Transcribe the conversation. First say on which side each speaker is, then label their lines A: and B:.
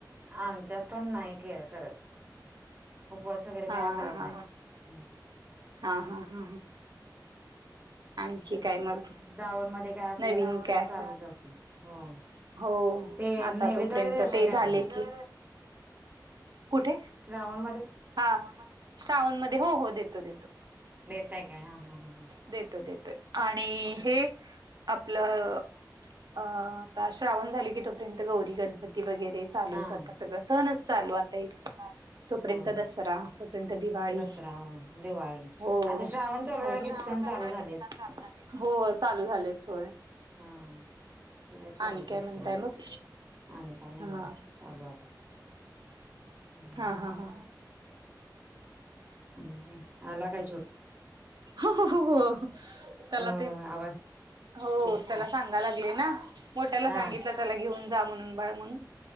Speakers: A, on the right; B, on the right.
A: हां आमच्यांत पणं नाहीं के करतं उपवास वगैरे
B: हा
A: कायं
B: हा
A: करतं
B: हा
A: नाहीतं
B: हा हा हा ह आणखी
A: तेचं
B: काय मग
A: न गांवामंध्ये कायं आपले
B: नवीन
A: सण
B: काय असं
A: चालतं असतांत हो
B: हो
A: ते
B: आता
A: नैवेद
B: तोपर्यंत
A: वगैरें देतां
B: ते
A: कायं
B: झाले
A: तुम्हीं
B: की कुठे
A: श्रावण मंध्यें
B: हा श्रावण मंध्यें हो हो देतो देतो
A: नेताय कायं हां हां हं हं
B: देतो देतोय आणि हे आपलं अ आता श्रावण झाले की तोपर्यंत गौरी गणपती वगैरे चालूचं
A: हा
B: आता सगळं सणंच चालू आता एक तोंपर्यंत
A: होय होय.
B: दसरा तोपर्यंत दिवाळी
A: दसरा होय, दिवाळी
B: हो
A: आता
B: श्रावण
A: चालू झाला की सण
B: संपला
A: चालू झालेच.
B: की हो चालू झालेचं होय
A: हां ते कां चालूचं
B: आणि काय
A: असतं
B: म्हणताय
A: मगं
B: मग
A: आणि कां नाहीं
B: हा
A: नेऊ चालू आता हम्म.
B: हा हा हा
A: आणि काय आला काही
B: हो हो हो त्याला
A: हो
B: ते
A: आवाज
B: हो
A: तेच की.
B: त्याला सांगा लागले ना मोठ्याला
A: हा
B: सांगितलं त्याला घेऊन जा म्हणून बाळ म्हणून